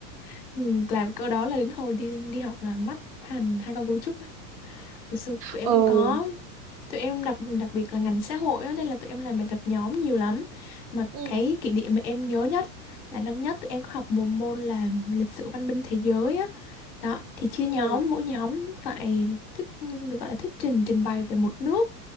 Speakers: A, in the centre; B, on the right.
A: <laughs> làm câu đó là đến hồi đi đi học là mắt hành hai con cấu trúc á. hồi xưa tụi em
B: Ừ,
A: cũng có tụi em đặc đặc biệt là ngành xã hội á, nên là tụi em làm bài tập nhóm nhiều lắm mà
B: ừ
A: cái kỷ niệm mà em nhớ nhất là năm nhất tụi em có học một môn là lịch sử văn minh thế giới á đó thì chia
B: ừ
A: nhóm mỗi nhóm phải thuyết được gọi là thuyết trình trình bày về một nước